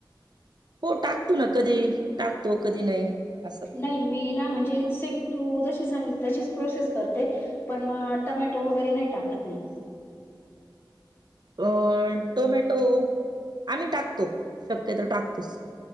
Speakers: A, on the right (about 60°); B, on the left (about 30°).
A: हो टाकतो ना, कधी टाकतो कधी नाही असं.
B: नाही मी ना म्हणजे, सेम तू जशी सांगित तशीच प्रोसेस करते पण मग टमॅटो वगैरे नाही टाकत मी.
A: अ टोमॅटो आम्ही टाकतो, शक्यतो टाकतोच.